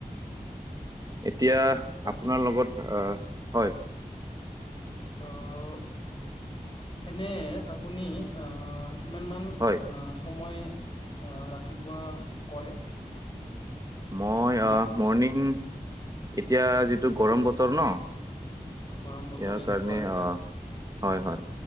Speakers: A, on the right; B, on the left.
A: এতিয়া
B: ৰাতি
A: আপোনাৰ লগত অ হয়।
B: অ' এনে আপুনি অ। কিমানমান অ
A: হয়
B: সময় অ ৰাতিপুৱা কৰে।
A: মই
B: ব্যায়াম
A: অ মৰ্ণিং এতিয়া যিটো গৰম বতৰ ন।
B: গৰম বতৰ
A: ইয়াৰ
B: যিহেতু
A: কাৰণে
B: আজিকালি।
A: অ', হয় হয়।